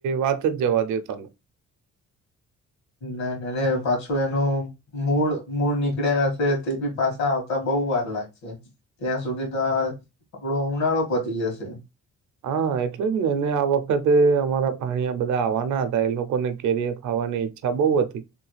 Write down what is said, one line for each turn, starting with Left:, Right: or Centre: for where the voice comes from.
Right: વાત જ જવા દો તમે.
Left: નઈ નઈ નહી પાછું એનું મૂળ મૂળ નીકળ્યા હશે. તે બી પાછા આવતા બહુ વાર લાગશે, ત્યાં સુધી તો આપડો ઉનાળો પતી જશે.
Right: હા એટલે જ ને એને આ વખતે અમારા ભાણીયા બધા આવવાના હતા. એ લોકોને કેરીઓ ખાવાની ઈચ્છા બહુ હતી.